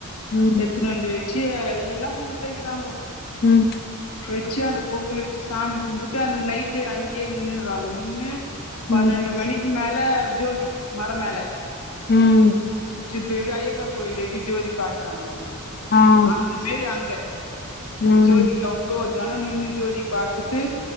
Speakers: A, on the left (about 45°); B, on the left (about 80°).
A: ம்
B: எட்த்துன்னு வந்து வெ ச்சு எல்லா பொங்குலு வெக்கிறாங்கோ
A: ம்
B: வெச்சு அந்த பொங்குலு வெச்சி சாமி கும்புட்டு அந்த நைட்டு அங்கியே நின்னுறாங்கோ நின்னு பன்னேண்டு
A: ம்
B: மணிக்கு மேல ஜோதி மல மேல
A: ம்
B: இப்ப எப்டி ஐயப்பங் கோயில்ல எப்டி ஜோதி பாக்குறாங்கோ
A: ஆ
B: அந்த மேரி அங்க
A: ம்
B: ஜோதிக் அவ் ளோ ஜனோ நின்னு ஜோதி பாத்துட்டு